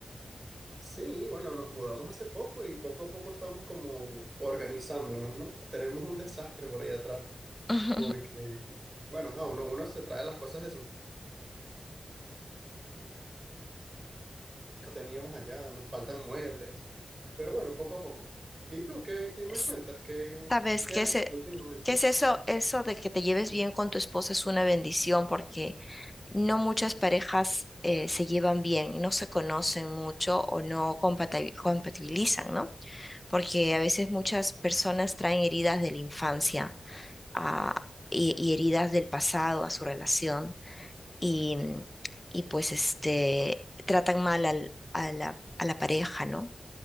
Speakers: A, on the right; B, on the left.
A: Sí, bueno, nos mudamos hace poco y poco a poco estamos como organizándonos, ¿no? Tenemos un desastre por ahí atrás,
B: <laughs>
A: porque, bueno, ajá, uno, uno se trae las cosas de su que teníamos allá, nos faltan muebles, pero bueno, poco a poco. ¿Y tú qué, qué me
B: S-
A: cuentas? ¿Qué,
B: ¿Sabes
A: qué
B: qué
A: has
B: es,
A: hecho
B: e-
A: últimamente?
B: qué es eso? Eso de que te lleves bien con tu esposa es una bendición porque no muchas parejas eh, se llevan bien, no se conocen mucho o no compata- compatibilizan, ¿no? Porque a veces muchas personas traen heridas de la infancia a- y, y heridas del pasado a su relación y, y pues este, tratan mal al- a la, a la pareja, ¿no?